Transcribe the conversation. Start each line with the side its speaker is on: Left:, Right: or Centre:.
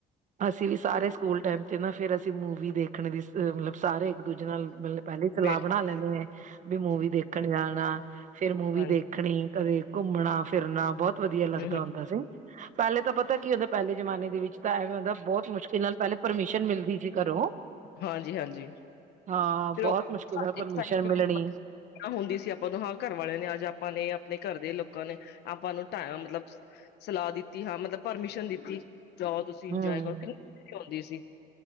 Right: ਅਸੀਂ ਵੀ ਸਾਰੇ ਸਕੂਲ ਟਾਈਮ ਤੇ ਨਾ, ਫਿਰ ਅਸੀਂ ਮੂਵੀ ਦੇਖਣ ਦੀ ਮਤਲਬ ਸਾਰੇ। ਇੱਕ -ਦੂਜੇ ਨਾਲ ਮਤਲਬ ਪਹਿਲੇ ਹੀ ਸਲਾਹ
Left: ਬੈਠ
Right: ਬਣਾ ਲੈਂਦੇ, ਕਿ ਮੂਵੀ ਦੇਖਣ ਜਾਣਾ, ਫਿਰ ਮੂਵੀ
Left: ਹਾਂਜੀ
Right: ਦੇਖ। ਦੇਖਨੀ ਕਦੇ ਘੁੰਮਣਾ ਫਿਰਨਾ ਬਹੁਤ ਵਧੀਆ ਲੱਗਦਾ
Left: ਹੂੰ-ਹੂੰ,
Right: ਹੁੰਦਾ ਸੀ। ਪਹਿਲੇ ਤਾਂ ਪਤਾ ਕੀ ਹੁੰਦਾ, ਪਹਿਲੇ ਜਮਾਨੇ ਦੇ ਵਿੱਚ ਐਹ ਗੱਲ ਦਾ ਬਹੁਤ ਮੁਸ਼ਕਿਲ ਨਾਲ ਪਹਿਲੇ ਪਰਮਿਸ਼ਨ ਮਿਲਦੀ ਸੀ ਘਰੋਂ।
Left: ਹਾਂਜੀ-ਹਾਂਜੀ
Right: ਹਾਂ
Left: ਫਿਰ
Right: ਬਹੁਤ
Left: ਉਹ
Right: ਮੁਸ਼ਕਲ ਨਾਲ ਪਰਮਿਸ਼ਨ
Left: ਐਕਸਾਈਟਮੈਂਟ
Right: ਮਿਲਣੀ।
Left: ਹੁੰਦੀ ਸੀ। ਆਪਾਂ ਨੂੰ ਹਾਂ ਘਰ ਵਾਲਿਆਂ ਨੇ ਅੱਜ ਆਪਾਂ ਨੇ ਆਪਣੇ ਘਰ ਦੇ ਲੋਕਾਂ ਨੇ, ਆਪਾਂ ਨੂੰ ਟਾਈਮ ਮਤਲਬਸ, ਸਲਾਹ ਦਿੱਤੀ, ਹਾਂ ਮਤਲਬ ਪਰਮਿਸ਼ਨ ਦਿੱਤੀ। ਜਾਓ ਤੁਸੀਂ ਇੰਜੋਏ
Right: ਹਮ
Left: ਕਰੋ। ਕਿੰਨੀ ਖੁਸ਼ੀ ਹੁੰਦੀ ਸੀ।